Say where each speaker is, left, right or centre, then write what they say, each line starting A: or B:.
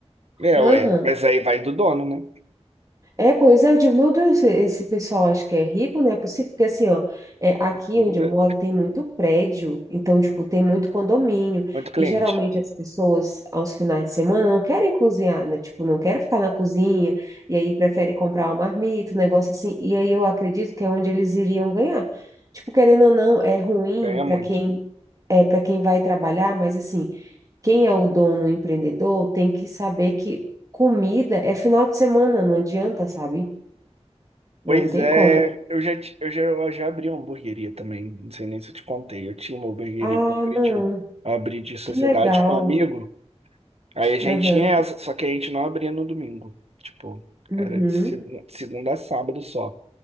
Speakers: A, on the right (about 65°); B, on the right (about 30°).
A: É,
B: Aham.
A: ué, mas aí vai do dono, né?
B: É, pois é, eu digo, meu Deus, esse pessoal acho que é rico, né? É possível, porque assim, ó, é, aqui
A: Muda.
B: onde eu moro tem muito prédio, então, tipo, tem muito condomínio,
A: Muito cliente,
B: e geralmente as pessoas, aos finais de semana, não querem cozinhar, né? Tipo, não querem ficar na cozinha, e aí prefere comprar uma marmita, um negócio assim, e aí eu acredito que é onde eles iriam ganhar. Tipo, querendo ou não, é ruim
A: ganha
B: para
A: muito.
B: quem é para quem vai trabalhar, mas assim, quem é o dono, o empreendedor, tem que saber que comida é final de semana, não adianta, sabe? Não
A: Pois
B: tem
A: é,
B: como.
A: eu já, ti- eu já, eu já abri uma hamburgueria também, não sei nem se eu te contei. Eu tinha uma hamburgueria
B: Ah,
A: que eu abri
B: não,
A: de, eu abri de sociedade
B: que legal.
A: com um amigo. Aí a gente
B: Aham,
A: tinha essa, só que a gente não abria no domingo. Tipo,
B: uhum,
A: era de segunda, segunda a sábado só.